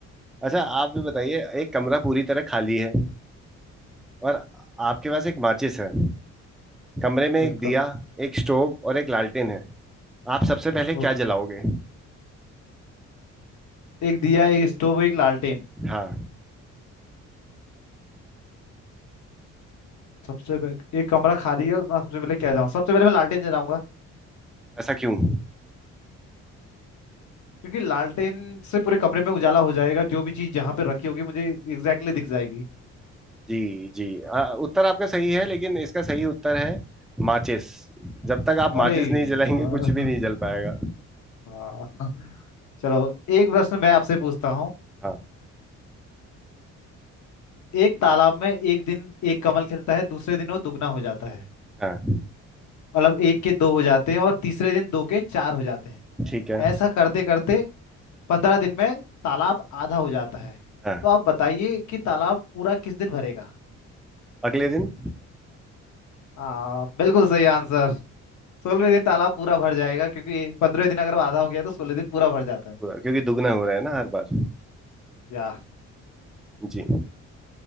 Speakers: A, in the centre; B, on the left.
A: अच्छा आप भी बताइए एक कमरा पूरी तरह खाली है और आपके पास एक माचिस है कमरे में एक
B: बिल्कुल
A: दिया एक स्टोव और एक लालटेन है आप सबसे पहले
B: वो
A: क्या जलाओगे
B: एक दिया एक स्टोव एक लालटेन
A: हाँ
B: सबसे पह- एक कमरा खाली है उसमें सबसे पहले क्या जाऊँ सबसे पहले मैं लालटेन जलाऊंगा
A: ऐसा क्यों
B: क्योंकि लालटेन से पूरे कमरे में उजाला हो जाएगा जो भी चीज जहाँ पे रखी होगी मुझे एग्जैक्टली exactly दिख जाएगी
A: जी जी आ, उत्तर आपका सही है लेकिन इसका सही उत्तर है माचिस जब तक आप
B: अरे
A: माचिस नहीं
B: यार।
A: जलाएंगे कुछ भी नहीं जल पाएगा
B: हाँ चलो एक प्रश्न मैं आपसे पूछता हूँ
A: हाँ
B: एक तालाब में एक दिन एक कमल खिलता है दूसरे दिन वो दुगना हो जाता है
A: हाँ
B: मतलब एक के दो हो जाते हैं और तीसरे दिन दो के चार हो जाते हैं
A: ठीक है
B: ऐसा करते करते पंद्रह दिन में तालाब आधा हो जाता है
A: हाँ
B: तो आप बताइए कि तालाब पूरा किस दिन भरेगा
A: अगले दिन
B: हाँ बिल्कुल सही आंसर सोलहवें दिन तालाब पूरा भर जाएगा क्योंकि पंद्रह दिन अगर वो आधा हो गया तो सोलह दिन पूरा भर जाता है
A: पूरा क्योंकि दुगना हो रहा है ना हर बार
B: या
A: जी